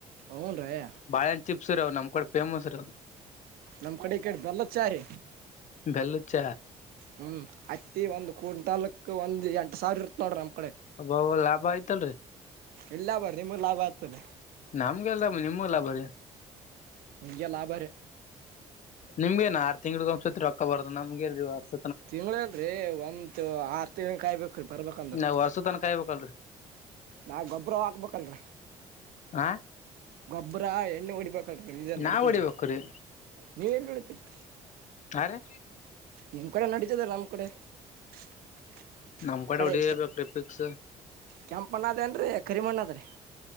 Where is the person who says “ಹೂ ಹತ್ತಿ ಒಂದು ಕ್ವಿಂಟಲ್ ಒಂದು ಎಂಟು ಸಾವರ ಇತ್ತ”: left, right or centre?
Right